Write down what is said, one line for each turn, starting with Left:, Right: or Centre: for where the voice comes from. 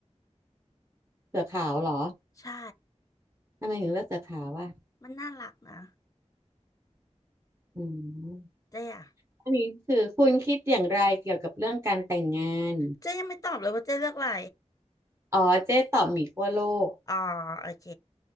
Right: เสือขาวเหรอ
Left: ใช่
Right: ทำไมถึงเลือกเสือขาวอ่ะ
Left: มันน่ารักนะ
Right: อืม
Left: เจ้อะ
Right: อันนี้คือคุณคิดอย่างไรเกี่ยวกับเรื่องการแต่งงาน
Left: เจ้ยังไม่ตอบเลยว่าเจ้เลือกอะไร
Right: อ๋อเจ๊ตอบหมีขั้วโลก
Left: อ๋อโอเค